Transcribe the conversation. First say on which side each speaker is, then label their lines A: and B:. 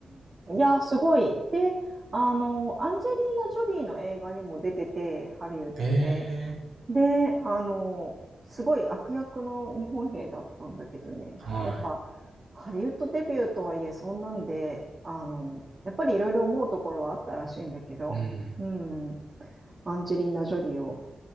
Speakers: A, on the right; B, on the right.
A: ん。いや、すごい。で、あの、アンジェリーナ・ジョリーの映画にも出てて、ハリウッドで。
B: <laughs> ええ
A: で、あの、すごい悪役の日本兵だったんだけどね、
B: は
A: やっぱ、ハリウッドデビューとはいえ、そんなんで、あの、やっぱりいろいろ思うところはあったらしいんだけど、
B: い。うん。
A: うん。アンジェリーナ・ジョリーを。